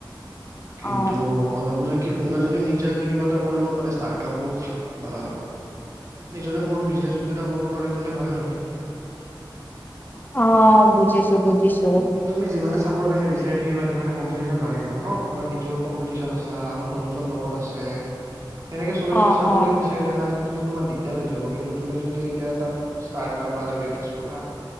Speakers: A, on the right (about 40°); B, on the left (about 20°).
A: কিন্তু
B: অ
A: মই ভাবো যে কি কোনোবাই যদি নিজাকে কিবা এটা কৰিব পাৰে ষ্টাৰ্টআপ হওক বা নিজৰে সৰু বিজনেছ এটা কৰিব পাৰে তেন্তে ভাল আৰু
B: অ বুজিছো বুজিছো
A: তুমি যিমানে চাকৰি কাৰণে বিচাৰি থাকিব সিমান কম্পিটিচন বাঢ়ি যাব ন তোমাৰ নিজৰো কম্পিটিচ্যন আছে আৰু দহজন লগত আছে সেনেকে চবে
B: অ',
A: যদি চাকৰিয়ে
B: অ',
A: বিচাৰি থকা তেন্তেো তোমাৰ দিগদাৰ হৈ যাব, কিন্তু তুমি যদি এতিয়া এটা ষ্টাৰটাপ বা এটা বিজনেছ খোলা